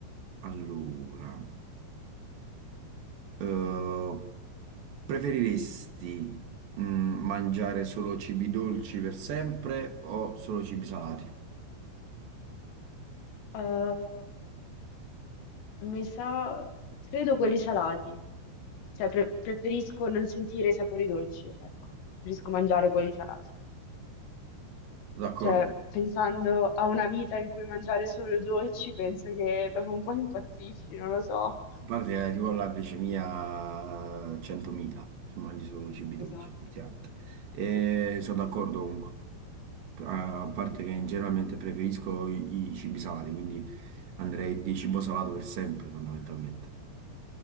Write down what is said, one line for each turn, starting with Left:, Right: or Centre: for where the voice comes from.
Right: allora, eh, preferiresti mm, mangiare solo cibi dolci per sempre o solo cibi salati?
Left: Eh, mi sa, credo quelli salati, cioè pre- preferisco non sentire i sapori dolci, ecco, preferisco mangiare quelli salati.
Right: D'accordo,
Left: Cioè,
Right: a
Left: pensando a una vita in cui mangiare solo dolci, penso che dopo un po' impazzisci, non lo so.
Right: parte che tipo la glicemia 100.000 se mangi solo cibi dolci,
Left: Esatto,
Right: effettivamente. E sono d'accordo comunque, a parte
Left: Mm,
Right: che generalmente preferisco i, i cibi salati, quindi andrei di cibo salato per sempre, fondamentalmente.